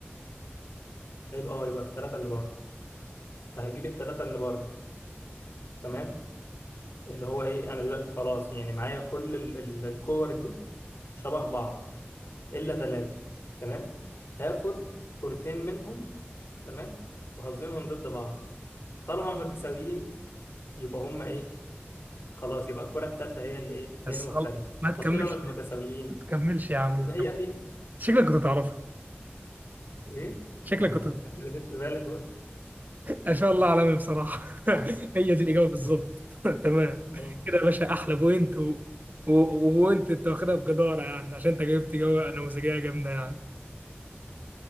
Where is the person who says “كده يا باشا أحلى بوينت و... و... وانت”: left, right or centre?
Right